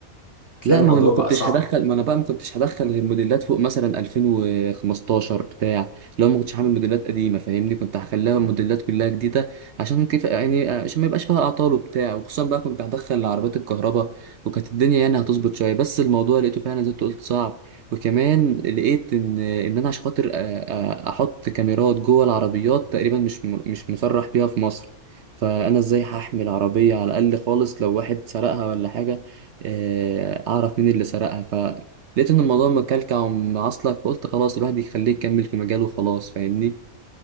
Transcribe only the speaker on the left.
تلاقي
الموضوع
بقى صعب